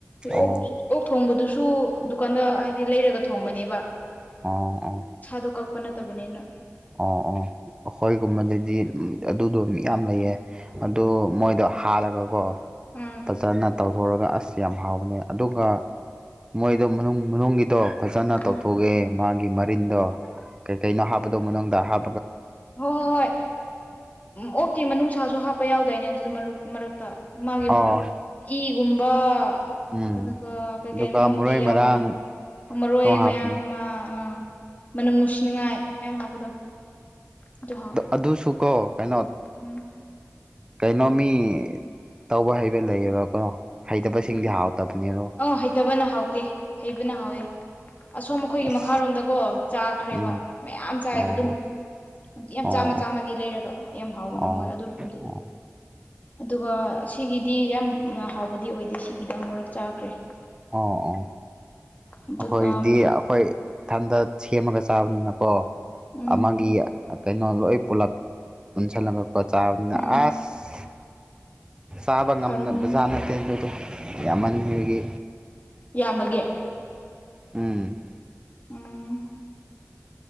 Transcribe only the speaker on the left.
ꯑꯣꯛ
ꯑꯣꯛ ꯊꯣꯡꯕꯗꯨꯁꯨ ꯗꯨꯀꯥꯟꯗ ꯍꯥꯏꯗꯤ ꯂꯩꯔꯒ ꯊꯣꯡꯕꯅꯦꯕ
ꯑ ꯀꯛꯄ ꯅꯠꯇꯕꯅꯤꯅ
ꯎꯝ
ꯎꯝ
ꯍ ꯍꯣꯏ ꯍꯣꯏ ꯀꯩꯅꯣ ꯤ ꯃꯅꯨꯡꯅꯨꯡꯁꯥꯁꯨ ꯍꯥꯞꯄ ꯌꯥꯎꯗꯥꯏꯅꯦ ꯑꯗꯨ ꯃꯔꯛ ꯃꯔꯛꯇ ꯃꯥꯒꯤ
ꯏꯒꯨꯝꯕ
ꯑꯗꯨꯒ ꯀꯩꯀꯩ
ꯃꯅꯨꯡꯒꯤ
ꯌꯥꯎꯕ
ꯃꯌꯥꯝꯗ ꯃꯔꯣꯏ
ꯃꯌꯥꯝ ꯑꯃ ꯑꯥ ꯃꯅꯝ ꯅꯨꯡꯁꯤꯅꯤꯡꯉꯥꯏ ꯃꯌꯥꯝ ꯍꯥꯞꯄꯗꯣ ꯑꯗꯨ ꯍꯥꯎꯋꯦ
ꯎꯝ
ꯎꯝ
ꯑ ꯍꯩꯇꯕꯅ ꯍꯥꯎꯇꯦ ꯍꯩꯕꯅ ꯍꯥꯎꯋꯦ ꯑꯁꯣꯝ ꯑꯩꯈꯣꯏꯒꯤ
ꯃꯈꯥꯔꯣꯝꯗꯀꯣ ꯆꯥꯈ꯭ꯔꯦꯕ
ꯃꯌꯥꯝ ꯆꯥꯏꯑꯕ
ꯑꯗꯨꯝ ꯌꯥꯝ
ꯆꯥꯝꯃ ꯆꯥꯝꯃꯒꯤ ꯂꯩꯔꯒ ꯌꯥꯝ ꯍꯥꯎꯒꯅꯤ
ꯃꯣꯏ ꯑꯗꯨꯔꯣꯝꯗꯤ
ꯑꯗꯨꯒ ꯁꯤꯒꯤꯗꯤ ꯌꯥꯝ ꯍꯥꯎꯕꯗꯤ ꯑꯣꯏꯗꯦ ꯁꯤꯒꯤꯗꯤ ꯑꯃꯨꯔꯛ ꯆꯥꯈ꯭ꯔꯦ
ꯑꯗꯨꯒ
ꯎꯝ
ꯎꯝ
ꯍꯥꯎꯔꯝꯒꯅꯤ
ꯌꯥꯝꯃꯒꯦ
ꯎꯝ